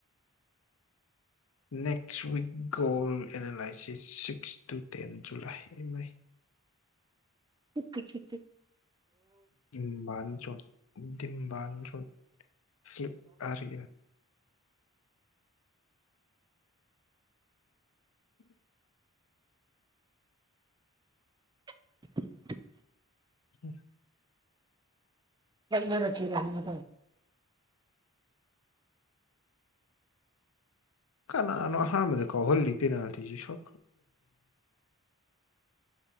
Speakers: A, on the left; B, on the right.
A: next week goal analysis six to ten July ꯑꯥꯏ
B: ꯀꯠꯇ ꯀꯈꯤꯤꯇ
A: ꯝꯕꯥꯥꯟꯖ ꯗꯤꯝꯕꯥꯥꯟꯖ ꯐꯂꯤꯞ ꯑꯔꯌꯥ ꯎꯝ
B: <inaudible>
A: ꯎꯝ
B: ꯆꯠ ꯔꯃ
A: ꯀꯅꯥꯅ ꯍꯥꯔ ꯃ ꯀꯣ ꯍꯣꯜꯜꯂꯤ ꯄꯦꯅ ꯊꯦ ꯁ